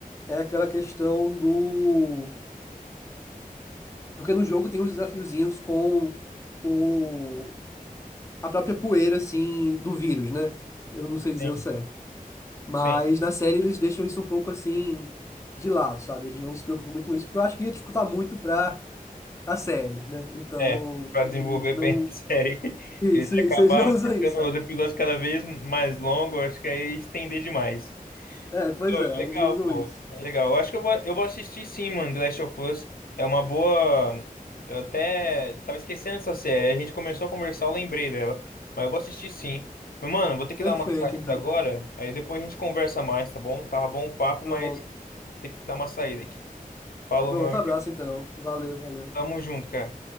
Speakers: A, on the left (about 20°); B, on the left (about 80°).
A: é aquela questão do Porque no jogo tem uns desafiozinhos com o... a própria poeira, assim, do vírus, né? Eu não sei dizer
B: Sim,
A: o certo. Mas
B: sim,
A: na série eles deixam isso um pouco assim de lado, sabe? Eles não se preocupam muito com isso, porque eu acho que ia dificultar muito pra a série, né? Então,
B: é. Pra desenvolver
A: eles não.
B: bem a série, <laughs>
A: Isso,
B: eles
A: isso,
B: acabaram
A: eles não <laughs> usam
B: deixando
A: isso, sabe?
B: os episódios cada vez mais longos, acho que aí estender demais.
A: É, pois
B: Pô,
A: é,
B: Legal,
A: eles não usam
B: pô.
A: isso.
B: Legal. Eu acho que eu vou, eu vou assistir sim, mano, The Last of Us. É uma boa. Eu até tava esquecendo dessa série. A gente começou a conversar, eu lembrei dela. Mas eu vou assistir sim. Mas, mano, vou ter que
A: Perfeito,
B: dar uma saída
A: então.
B: agora. Aí depois a gente conversa mais, tá bom? Tava bom o papo,
A: Pronto.
B: mas tem que dar uma saída aqui. Falou,
A: Pronto,
B: meu amigo.
A: abraço então. Valeu, valeu.
B: Tamo junto, cara.